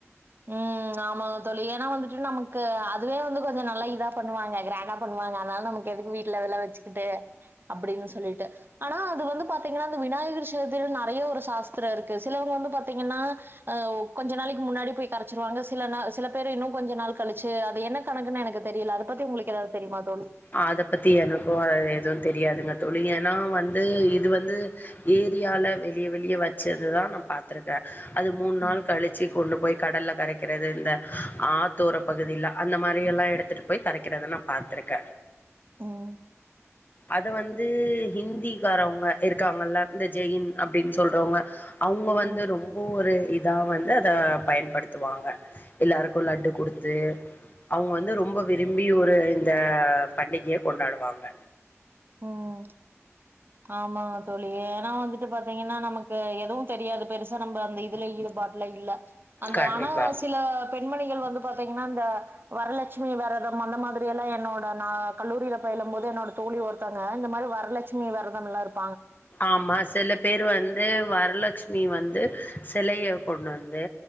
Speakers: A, on the right (about 45°); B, on the left (about 40°).
A: உம் ஆமாங்க தோழி ஏன்னா வந்துட்டு நமக்கு அதுவே வந்து கொஞ்ச நல்லா இதா பண்ணுவாங்க கிராண்டா பண்ணுவாங்க அதனால நமக்கு எதுக்கு வீட்ல ஒல வச்சுக்கிட்டு அப்டின்னு சொல்லிட்டு ஆனா அது வந்து பாத்தீங்கன்னா அந்த விநாயகர் சதுர்த்தியில நெறைய ஒரு சாஸ்திரோ இருக்கு சிலவங்க வந்து பாத்தீங்கன்னா அஹ் கொஞ்ச நாளைக்கு முன்னாடி போய் கரைச்சிருவாங்க சில னா சில பேர் இன்னு கொஞ்ச நாள் கழிச்சு அது என்ன கணக்குன்னு எனக்கு தெரியல அது பத்தி உங்களுக்கு ஏதாவது தெரியுமா தோழி
B: அத பத்தி எனக்கு எதுவு தெரியாதுங்க தோழி ஏன்னா வந்து இது வந்து ஏரியால வெளிய வெளிய வச்சதுதா நா பாத்துருக்கே அது மூணு நாள்
A: ம்
B: கழிச்சு கொண்டு போய் கடல்ல கரைக் கிறது இந்த ஆத்தோர பகுதியில அந்த மாரி எல்லா எடுத்துட்டு போய் கரைக்கிறத நா பாத்திருக்கே
A: ம்
B: அத வந்து ஹிந்திக்காரவங்க இருக்காங்கல்ல இந்த ஜெயின் அப்டின்னு சொல்றவங்க அவங்க வந்து
A: ம்
B: ரொம்ப ஒரு இ தா வந்து அத பயன்படுத்துவாங்க எல்லாருக்கு லட்டு குடுத்து அவங்க வந்து ரொம்ப விரும்பி ஒரு இந்த பண்டிகைய கொண்டாடுவாங்க
A: உம் ஆமாங்க தோழி ஏன்னா வந்துட்டு பாத்தீங்கன்னா நமக்கு எதுவு தெரியாது பெருசா நம்ப அந்த இதுல ஈடுபாட்டுல இல்ல அந்த
B: கண்டிப்பா
A: ஆனா சில பெண்மணிகள் வந் வந்து பாத்தீங்கன்னா இந்த வரலட்சுமி வெரதம் அந்த மாதிரி எல்லாம் என்னோட நா கல்லூரியில பயிலும் போது என்னோட தோழி ஒருத் இந்த மாதிரி வரலட்சுமி வெரதம்லா இருக்
B: ஆமா சில பேரு வந்து வரலட்சுமி வந்து சிலைய கொண்டு வந்து